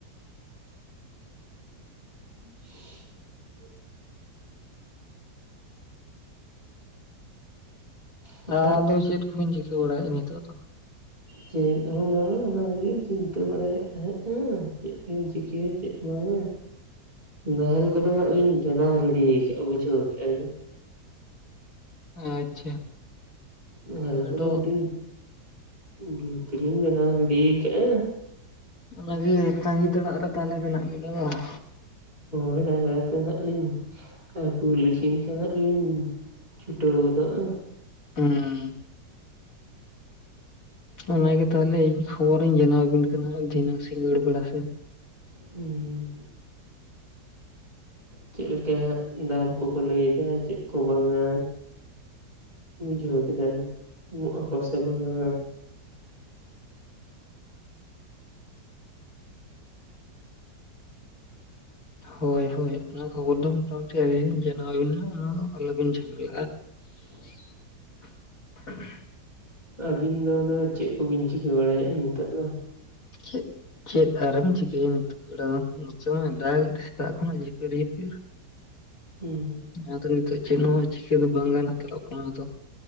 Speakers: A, on the right; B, on the left.
A: <inaudible> ᱠᱮᱜᱼᱟ
B: ᱟᱫᱚ ᱪᱮᱫ ᱠᱚᱵᱤᱱ ᱪᱤᱠᱟᱹ ᱵᱟᱲᱟᱭᱮᱜ-ᱟ ᱱᱤᱛᱚᱜ ᱫᱚ?
A: ᱪᱮᱫ ᱦᱚᱸ ᱵᱟᱝᱟ ᱚᱱᱟ ᱜᱮᱞᱤᱧ ᱪᱤᱱᱛᱟᱹ ᱵᱟᱲᱟᱭᱮᱫ ᱛᱟᱦᱮᱸᱫ ᱟᱸ ᱪᱮᱫᱞᱤᱧ ᱪᱤᱠᱟᱹᱭᱟ ᱪᱮᱫ ᱵᱟᱝᱟ ᱱᱟᱦᱮᱞ ᱠᱚᱫᱚ ᱦᱟᱸᱜ ᱞᱤᱧ ᱵᱮᱱᱟᱣ ᱨᱮᱰᱤ ᱠᱟᱜᱼᱟ ᱵᱩᱡᱷᱟᱹᱣ ᱠᱮᱜᱼᱟ ᱵᱤᱱ᱾
B: ᱟᱪᱪᱷᱟ᱾
A: ᱱᱟᱦᱮᱞ
B: ᱟᱫᱚ
A: ᱠᱚᱫᱚ ᱩᱰᱤ ᱡᱩᱛᱞᱤᱧ ᱵᱮᱱᱟᱣ ᱨᱮᱰᱤ ᱠᱟᱜ-ᱟ᱾
B: ᱚᱱᱟᱜᱮ ᱛᱟᱸᱜᱤ ᱛᱟᱲᱟᱜ ᱨᱮ ᱛᱟᱦᱚᱞᱮ ᱢᱮᱱᱟᱜ ᱵᱤᱱᱟ ᱵᱟᱝ?
A: ᱦᱟᱭ ᱰᱟᱝᱨᱟ ᱛᱮ ᱱᱟᱦᱟᱜ ᱞᱤᱝ ᱟᱹᱜᱩ ᱞᱮᱠᱤᱱ ᱠᱷᱟᱱ ᱦᱟᱸᱜ ᱞᱤᱧ ᱪᱷᱩᱴᱟᱹᱣ ᱜᱚᱫᱚᱜᱼᱟ᱾
B: <inaudible> ᱚᱱᱟᱜᱮ ᱛᱟᱦᱚᱞᱮ ᱤᱧ ᱠᱷᱚᱵᱚᱨᱤᱧ ᱡᱟᱱᱟᱣ ᱟᱵᱤᱱ ᱠᱟᱱᱟ ᱦᱟᱸᱜ ᱫᱷᱤᱱᱟᱹᱝ ᱥᱤᱸᱜᱟᱹᱲ ᱵᱮᱲᱟ ᱥᱮᱫ᱾
A: ᱦᱩᱸ᱾ ᱪᱮᱜᱞᱮᱠᱟ ᱦᱟᱸᱜ ᱫᱟᱢ ᱠᱚᱠᱚ ᱞᱟᱹᱭᱮᱫᱟ ᱪᱮᱜ ᱠᱚ ᱵᱟᱝᱟ᱾ ᱵᱩᱡᱷᱟᱹᱣ ᱠᱮᱫᱟ ᱵᱤᱱ ᱮᱢᱚᱜ ᱚᱠᱚ ᱥᱮ ᱵᱟᱝᱟ
B: ᱦᱳᱭ ᱦᱳᱭ ᱚᱱᱟ ᱠᱷᱚᱵᱚᱨ ᱫᱚ ᱢᱚᱴᱟᱢᱩᱴᱤ ᱟᱹᱞᱤᱧ ᱞᱤᱧ ᱡᱟᱱᱟᱣ ᱟᱵᱤᱱᱟ ᱚᱱᱟ ᱫᱚ ᱟᱞᱚᱵᱤᱱ ᱡᱷᱟᱢᱮᱞᱟᱜᱼᱟ᱾
A: <inaudible>
B: <inaudible>
A: ᱟᱹᱵᱤᱱ ᱫᱚ ᱟᱫᱚ ᱪᱮᱜ ᱠᱚᱵᱤᱱ ᱪᱤᱠᱟᱹ ᱵᱟᱲᱟᱭᱮᱜᱼᱟ ᱱᱤᱛᱳᱜ ᱫᱚ?
B: ᱪᱮᱛ? ᱪᱮᱫ ᱟᱨᱮᱢ ᱪᱤᱠᱟᱹᱭᱟ ᱱᱤᱛᱳᱜ ᱵᱮᱲᱟ ᱫᱚ ᱱᱚᱛᱮ ᱢᱟᱭ ᱫᱟᱜᱮᱫ ᱥᱮᱛᱟᱜ ᱠᱷᱚᱱᱟᱜ ᱡᱷᱤᱯᱤᱨ ᱡᱷᱤᱯᱤᱨ᱾
A: ᱦᱩᱸ᱾
B: <inaudible> ᱱᱤᱛᱳᱜ ᱪᱮᱫ ᱦᱚᱸ ᱪᱤᱠᱟᱹ ᱫᱚ ᱵᱟᱝ ᱜᱟᱱ ᱦᱟᱛᱟᱲᱚᱜ ᱠᱟᱱᱟ ᱟᱫᱚ